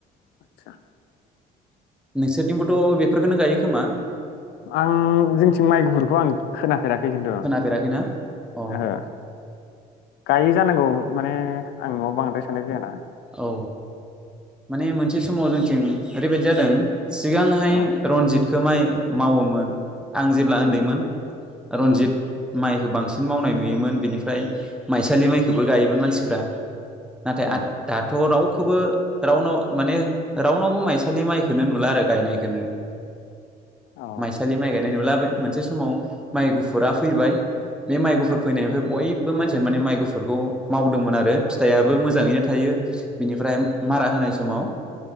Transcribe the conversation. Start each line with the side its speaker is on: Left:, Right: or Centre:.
Left: आतसा
Centre: नोंसोरथिंबोथ' बेफोरखौनो गायो खोमा?
Left: आं जोंथिं माइ गुफुरखौ आं खोना फेराखै खिन्थु
Centre: खोनाफेराखैना
Left: ओहो
Centre: अ
Left: गायो जानांगौ माने आं नआव बांद्राय थानाय जायाना
Centre: औ माने मोनसे समाव जोंथिं ओरैबायदि जादों सिगांहाय
Left: औ
Centre: रनजित खो माय मावोमोन। आं जेब्ला उन्दैमोन
Left: उम
Centre: रन्जित
Left: उम
Centre: माइ खौ बांसिन मावनाय नुयोमोन बेनिफ्राय माइसालि माइखौबो गायोमोन मानसिफ्रा। नाथाय
Left: उम
Centre: आग दाथ' रावखौबो रावनाव माने रावनावबो माइसालि माइ खोनो नुला आरो गायनायखोनो।
Left: अ
Centre: माइसालि माइ गायनाय नु लाबो मोनसे समाव माइ गुफुरा फैबाय, बे माइ गुफुर फैनायनिफ्राय बयबो मानसियानो माने माइ गुफुरखौ मावदोंमोन आरो फिथाइयाबो मोजाङैनो थाय थायो बिनिफ्राय मारा होनाय समाव